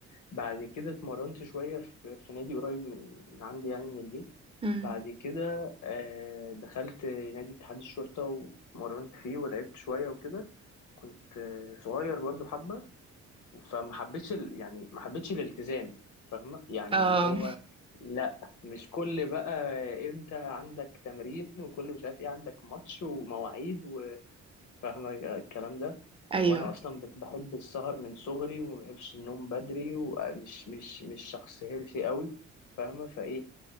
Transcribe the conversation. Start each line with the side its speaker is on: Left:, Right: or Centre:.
Left: بعد كده اتمرنت شوية في, في نادي قريب من من عندي يعني من البيت
Right: مم.
Left: بعد كده آه دخلت نادي اتحاد الشرطة واتمرنت فيه ولعبت شوية وكده كنت آه، صغير برضو حبة فما حبيتش ال... يعني ما حبيتش الالتزام فاهمة يعني
Right: اه
Left: اللي هو لا مش كل بقى امتى عندك تمرين وكل مش عارف ايه عندك ماتش ومواعيد وفاهمة الكلام ده
Right: ايوه
Left: وانا اصلا بت- بحب السهر من صغري وما بحبش النوم بدري ومش مش مش شخص هيلثي قوي فاهمة فايه